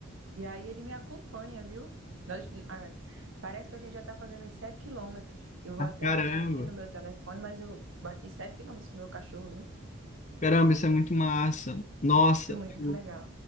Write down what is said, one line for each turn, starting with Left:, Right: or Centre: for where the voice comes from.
Right: E aí ele me acompanha, viu? Nós, ah, parece que a gente já tá fazendo os 7 quilômetros. Eu vou até
Left: Caramba.
Right: olhar aqui no meu telefone, mas eu bati 7 quilômetros com o meu cachorro, viu?
Left: Caramba, isso é muito massa. Nossa,
Right: Foi muito
Left: eu
Right: legal.